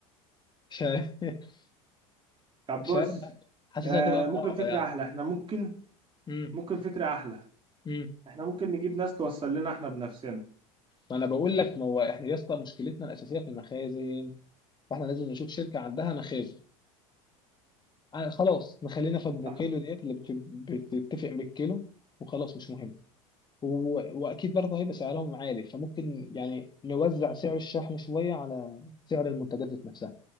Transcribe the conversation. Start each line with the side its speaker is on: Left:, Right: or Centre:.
Left: مش عارف <laughs>
Right: طب
Left: مش
Right: بص
Left: عارف حاسسها
Right: آه
Left: هتبقى
Right: ممكن
Left: صعبة
Right: فكرة
Left: يعني
Right: أحلى إحنا ممكن
Left: امم
Right: ممكن فكرة أحلى
Left: امم
Right: احنا ممكن نجيب ناس توصل لنا احنا بنفسنا
Left: ما انا بقول لك ما هو احنا يا اسطى مشكلتنا الأساسية في المخازن فاحنا لازم نشوف شركة عندها مخازن آه، خلاص نخلينا في ابو
Right: طيب،
Left: كيلو ديت اللي بت- بتتفق بالكيلو وخلاص مش مهم و- واكيد برضه هيبقى سعرهم عالي فممكن يعني نوزع سعر الشحن شويه على سعر المنتجات ذات نفسها